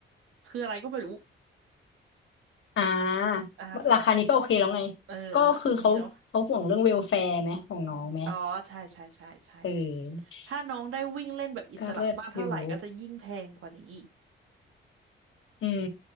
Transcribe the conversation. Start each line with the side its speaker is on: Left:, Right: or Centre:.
Right: คืออะไรก็ไม่รู้
Left: อ่าราคานี้ก็โอเคแล้วไง
Right: อ่าผมเออโอเคอันนี้เนาะ
Left: ก็คือเขาเขาห่วงเรื่องเวลแฟร์ไหมของน้องไหม
Right: อืมอ๋อใช่ใช่ใช่ใช่
Left: เออ
Right: ถ้าน้องได้วิ่งเล่นแบบอิสระมากเท่าไหร่ก็จะยิ่งแพงกว่านี้อีก
Left: ก็เลิศอยู่ อืม